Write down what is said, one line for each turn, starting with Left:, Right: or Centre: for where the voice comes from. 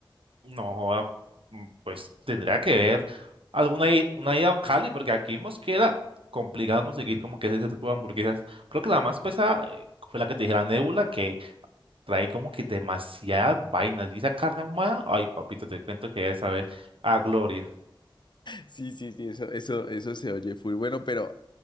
Right: no, joda, mm, pues tendría que ver alguna i- una ida a Cali, porque aquí en Mosquera complicado conseguir como que ese tipo de hamburguesas, creo que la más pesada eh, fue la que te dije, la Nébula, que trae como que demasiadas vainas. Y esa carne ahumada, ay, papito, te cuento que debes saber a gloria.
Left: Sí, sí, sí, eso, eso, eso se oye full. Bueno, pero